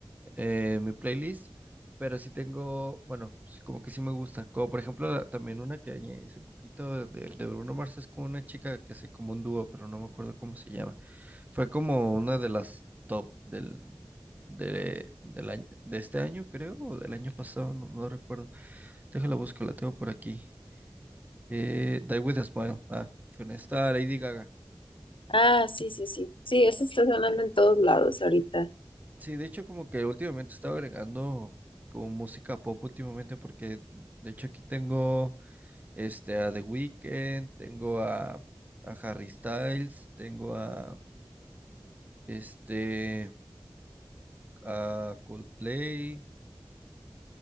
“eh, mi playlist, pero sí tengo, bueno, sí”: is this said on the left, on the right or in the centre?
Right